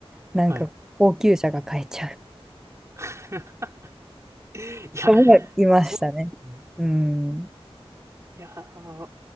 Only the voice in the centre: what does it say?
なんか高級車が買えちゃう
人も <laughs> いましたね。
うん。